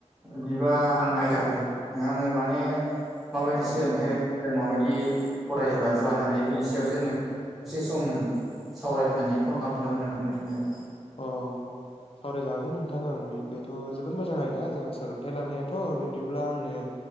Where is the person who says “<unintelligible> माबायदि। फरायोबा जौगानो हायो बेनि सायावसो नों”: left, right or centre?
Centre